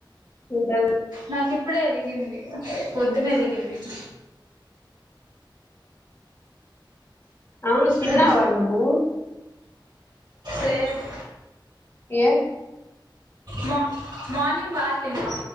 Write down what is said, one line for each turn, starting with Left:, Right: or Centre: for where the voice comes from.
Left: తింటావు
Right: నాకుప్పు ఇప్పుడే వెలిగింది ని ఎదిగింది <inaudible> <inaudible>
Left: అవును తిన్నావా
Right: హ
Left: నువ్వు
Right: లేదు
Left: ఏ
Right: మా మార్నింగ్ బాగా తిన్నా